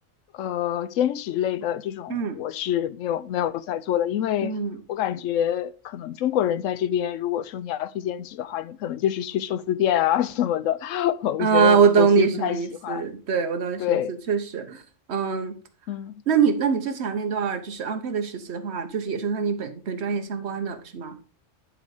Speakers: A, on the left; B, on the right.
A: 呃，兼职类的这种，
B: 嗯
A: 我是没有没有在做的，因为我感觉可能中国人在这边，
B: 嗯。
A: 如果说你要去兼职的话，你可能就是去寿司店啊 <laughs> 什么的，<laughs> 我觉得我我其实不太喜欢。
B: 啊，我懂你什么意思，对，我懂你什么意思，
A: 对，
B: 确实，嗯，
A: 嗯
B: 那你那你之前那段儿就是 unpaid 的实习的话，就是也是和你本本专业相关的，是吗？